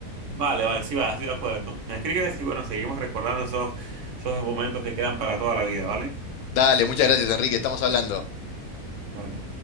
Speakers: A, on the right; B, on the left.
A: Vale, vale, sí, va, estoy de acuerdo. Me escribes y bueno, seguimos recordando esos, esos momentos que quedan para toda la vida, ¿vale?
B: Dale, muchas gracias, Enrique, estamos hablando.
A: Vale.